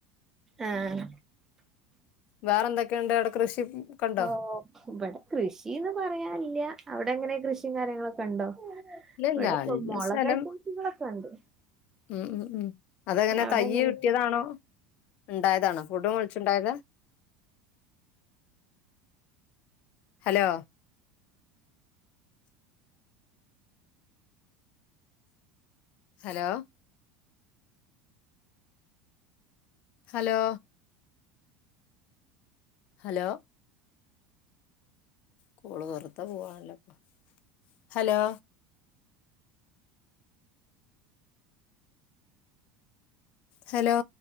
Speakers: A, on the right; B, on the left.
A: ആഹ്.
B: വേറെ എന്തൊക്കെയുണ്ട് അവടെ കൃഷി ഒക്കെ ഉണ്ടോ
A: ഓഹ് ഇപടെ കൃഷീന്ന് പറയാനില്ല, അവടെ എങ്ങനെ കൃഷിം കാര്യങ്ങളൊക്കെ ഉണ്ടോ?
B: ഇല്ല
A: ഇവടെ
B: ഇല്ല
A: പ്പം
B: ഇല്ല
A: മൊളക്
B: സ്ഥലം
A: ഐറ്റംസുകളൊക്കെ ഉണ്ട്.
B: ഉം ഉം ഉം അതെങ്ങനെ
A: അവിടെ
B: തയ്യ്
A: എങ്ങനെ
B: കിട്ടിയതാണോ? ണ്ടായതാണോ? തൊടു മൊൾച്ചുണ്ടായതാ? Hello hello hello hello call വെറുതെ പോവാണല്ലോ ഹലോ. ഹലോ